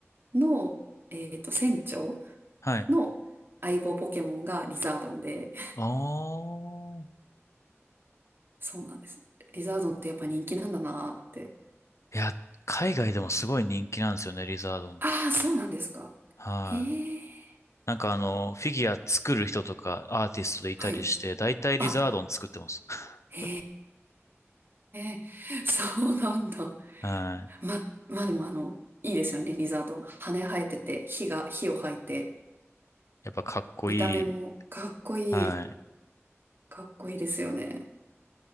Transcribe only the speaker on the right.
の、えっと、船長
の相棒ポケモンがリザードンで、
そうなんです。リザードンってやっぱ人気なんだなーって。
ああ、そうなんですか。
ええ
はい。
あ、
へえそうなんだ。
ま、まあでもあの、いいですよね、リザードン。羽生えてて、火が、火を吐いて、
見た目もかっこいい。
かっこいいですよね。